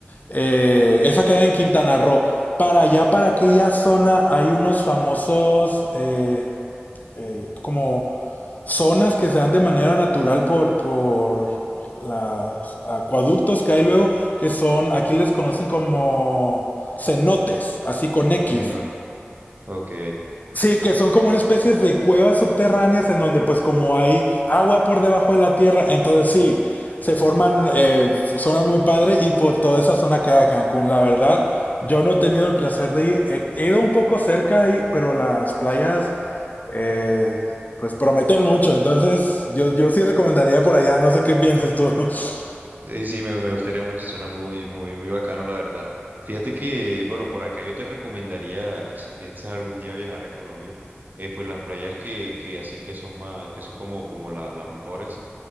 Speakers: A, on the left; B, on the right.
A: Eh, esa queda en Quintana Roo. Para allá, para aquella zona, hay unos famosos eh, eh, como zonas que se dan de manera natural por, por los acueductos que hay luego, que son, aquí les conocen como cenotes, así con X.
B: Mm, o- ok.
A: Sí, que son como una especie de cuevas subterráneas en donde pues como hay agua por debajo de la tierra, entonces sí, se forman eh, zonas muy padres y por toda esa zona queda Cancún. La verdad, yo no he tenido el placer de ir, he, he ido un poco cerca ahí, pero las playas eh, pues prometen mucho, entonces yo, yo sí recomendaría por allá, no sé qué pienses tú. <laughs>
B: Sí, sí, me, me gustaría mucho, suena muy, muy, muy bacano, la verdad. Fíjate que, bueno, por acá yo te recomendaría, si piensas algún día viajar a Colombia, eh, pues las playas que, que así que son más, que son como, como la- las mejores,